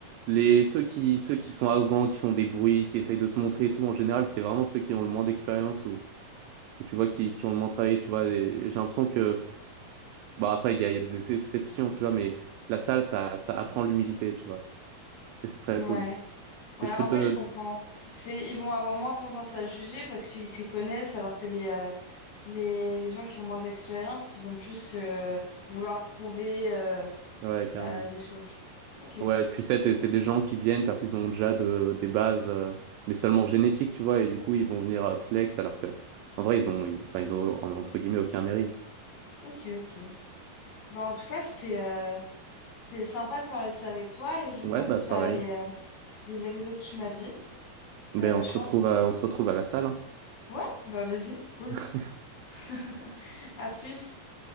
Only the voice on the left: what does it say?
Ouais.
Ouais,
en
vrai, je comprends. C'est, ils vont avoir moins tendance à juger parce qu'ils s'y connaissent, alors que les, euh, les, les gens qui ont moins d'expérience, ils vont plus euh, vouloir prouver euh,
euh, des choses. Ok,
ok, ok. Bah, en tout cas, c'était euh, c'était sympa de parler de ça avec toi et je vais
tenter
de
faire les, euh, les exos que tu m'as dit.
Euh,
je
pense.
Ouais, bah vas-y, cool.
<laughs> À plus.